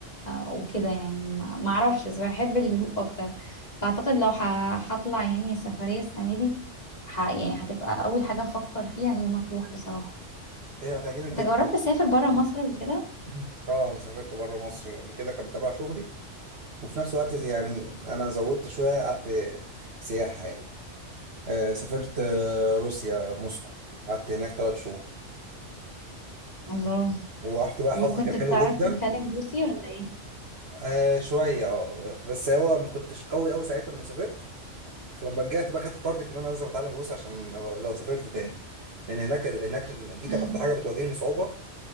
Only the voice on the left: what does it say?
وكده يعني ما ما اعرفش بس بحب الهدوء اكتر فاعتقد لو ه- هطلع يعني سفرية السنة دي ح... يعني هتبقى اول حاجة افكر فيها هي مطروح بصراحة
انت
جربت تسافر برا مصر قبل كده
الله
وكنت
بتعرف
تتكلم روسي ولا ايه
امم